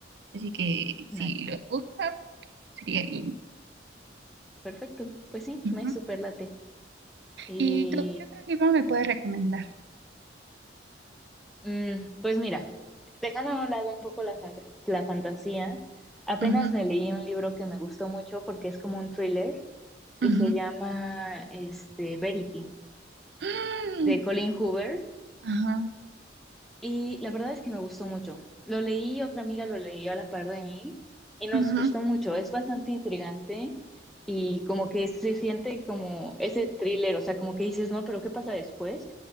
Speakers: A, on the right; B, in the centre.
A: Así que
B: Nice.
A: si los gustas, sería lindo.
B: Perfecto. Pues sí,
A: Ujú.
B: me superlate. Y
A: ¿Y tú qué otro libro me puedes recomendar?
B: Mm, pues mira, dejando a un lado un poco la, fa- la fantasía, apenas
A: Ujú,
B: me leí un libro que me gustó mucho porque es como un thriller y
A: ujú.
B: se llama este, Verity,
A: Mm,
B: de Colin Hoover.
A: Ajá,
B: Y la verdad es que me gustó mucho. Lo leí, otra amiga lo leyó a la par de mí y nos
A: ujú,
B: gustó mucho. Es bastante intrigante y como que se siente como ese thriller, o sea, como que dices, no, pero ¿qué pasa después?